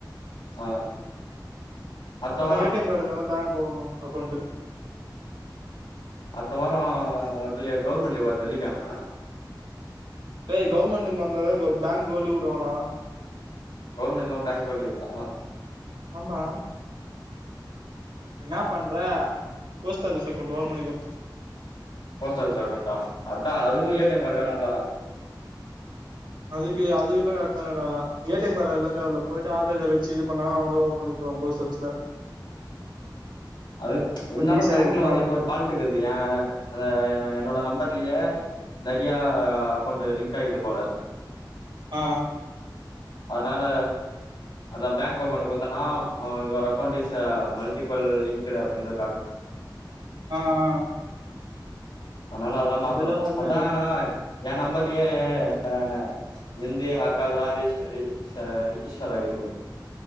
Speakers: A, on the left (about 75°); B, on the right (about 80°).
A: ஆ அடுத்த
B: ஆனா
A: வாரோ
B: ஏ டி எம் கார்டு இருந்தா தா பேங்க் <unintelligible> அக்கோண்ட்டு
A: அடுத்த வாரோ ஒன் லீ கவர்மண்ட் லீவா அது வெள்ளிகெழமே
B: டேய் கவுர்மண்ட் வந்தாவே க பேங்க்கு லீவு வுடுவாங்கடா
A: கவர்மண்ட் <unintelligible> பேங்கு லீவா
B: ஆமா என்னா பண்ற போஸ்ட் ஆஃபிஸ் அக்கோண்ட் ஓபன் பண்ணிக்கோ
A: போஸ்ட் ஆபிஸ்ல அக்கோண்ட்டா அதா அதுக்கு ஏ டி எம் கார்டு வேணுல்ல
B: அதுக்கு அது எல்லா ரட்டாதுடா ஏ டி எம் கார்டு அதுலா தேவயில்ல போயிட்டு ஆதார் கார்ட வச்சு இது பண்ணா அவுங்களே ஓபன் அப்பறோ போஸ்ட் ஆஃபீஸ்ல
A: அது இருந்தாலு
B: கொஞ்ச ஈஸியா
A: பேங்க்ல
B: இருக்கு
A: வந்து
B: பாக்கறதுக்கு
A: எனக்கு ஒரு பால் ட்டு இருக்குது ஏ அந்த என என்னோட நம்பர்லயே நெறையா அக்கோண்ட்டு லிங்க் ஆய்க்குது போல
B: ஆ
A: அதுனால அதா பேங்க் அக்கோண்ட்டு குடுத்தோனா your account is multiple linked அப்டின் வரு காட்
B: ஆ ஆ
A: அதுனால அதல்லா மாத்தணு
B: அதெல்லா ஒண்ணு
A: அதா
B: இல்ல
A: எ நம்பர்லயே நானு எந்து எங்க அக்காதல்ல ரிஜிஸ்டர் ரிஜிஸ்டர் ரிஜிஸ்டர் ஆயிருகுது போல்ருக்கு